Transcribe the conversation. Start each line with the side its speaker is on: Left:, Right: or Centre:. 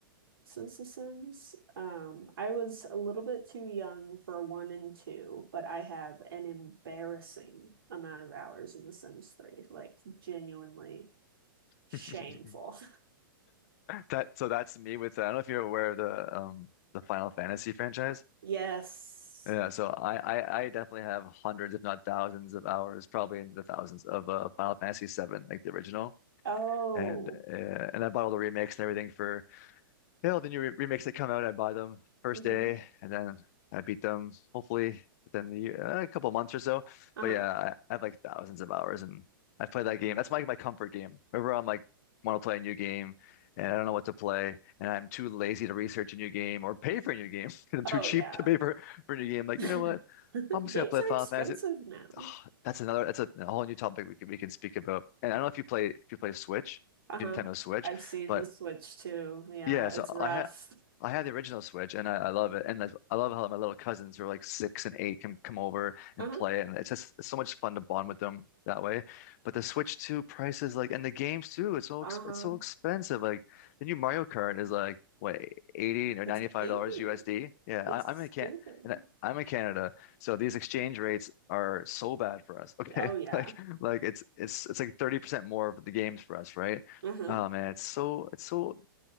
Right: since The Sims. Um, I was a little bit too young for one and two, but I have an embarrassing amount of hours in The Sims 3, like genuinely shameful.
Left: <laughs>
Right: <laughs>
Left: That so that's me with Uh, I don't know if you're aware of the um the Final Fantasy franchise.
Right: Yes.
Left: Yeah, so I, I I definitely have hundreds, if not thousands, of hours, probably in the thousands of uh, Final Fantasy VII, like the original,
Right: Oh.
Left: and uh, and I bought all the remakes and everything for Yeah, well, the new re remakes that come out, I buy them first
Right: hmm
Left: day, and then I beat them hopefully within the year, uh, a couple months or so.
Right: Uh-huh.
Left: But yeah, I, I have like thousands of hours, and I've played that game. That's my my comfort game. Whenever I'm like want to play a new game, and I don't know what to play, and I'm too lazy to research a new game or pay for a new game <laughs> because I'm
Right: Oh
Left: too cheap
Right: yeah.
Left: to pay for for a new
Right: <laughs>
Left: game. Like
Right: Games
Left: you know what? I'm just gonna play
Right: are
Left: Final
Right: expensive
Left: Fantasy.
Right: now.
Left: Ah, that's another. That's a, a whole new topic we can we can speak about. And I don't know if you play if you play Switch,
Right: Uh-huh.
Left: Nintendo Switch.
Right: I've seen
Left: But
Right: the Switch too. Yeah,
Left: yeah,
Right: it's
Left: so
Right: rough.
Left: I had I had the original Switch and I, I love it. And I, I love how my little cousins who are like six and eight can come over
Right: Uh-huh.
Left: and play it, and it's just it's so much fun to bond with them that way. But the Switch 2 prices like and the games too, it's so
Right: Uh-huh.
Left: ex it's so expensive. Like the new Mario Kart is like what 80 or
Right: It's
Left: 95
Right: 80.
Left: dollars USD. Yeah,
Right: It's
Left: I, I'm in
Right: stupid.
Left: Can and I, I'm in Canada, so these exchange rates are so bad for us. Okay.
Right: Oh yeah.
Left: <laughs> Like like it's it's it's like 30% more of the games for us, right?
Right: Uh-huh.
Left: Oh man, it's so it's so